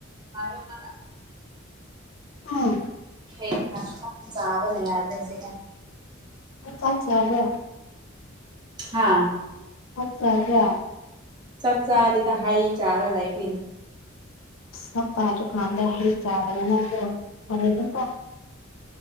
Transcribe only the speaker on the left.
ꯎꯝ
ꯠ ꯆꯕꯣ
ꯑꯆꯥ
ꯑ ꯇꯥꯖ ꯀꯥꯟꯗ ꯍ ꯆꯥꯕꯅ ꯍ